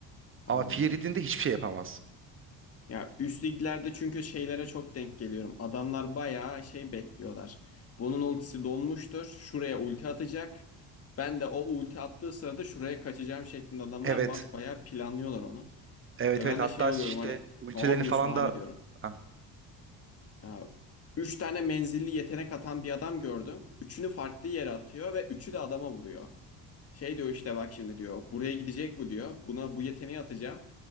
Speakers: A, on the left; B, on the right.
A: Anladım.
B: Ama Fear yediğinde hiçbir şey yapamaz.
A: Ya üst liglerde çünkü şeylere çok denk geliyorum. Adamlar bayağı şey bekliyorlar. Bunun ultisi dolmuştur. Şuraya ulti atacak. Ben de o ulti attığı sırada şuraya kaçacağım şeklinde adamlar
B: Evet.
A: basbayağı planlıyorlar onu.
B: Evet
A: E ben
B: evet hatta
A: de şey oluyorum
B: işte
A: hani
B: ultilerini
A: ne yapıyorsun
B: falan
A: abi
B: da
A: diyorum.
B: Ha,
A: Ya, üç tane menzilli yetenek atan bir adam gördüm. Üçünü farklı yere atıyor ve üçü de adama vuruyor. Şey diyor işte bak şimdi diyor buraya gidecek bu diyor. Buna bu yeteneği atacağım.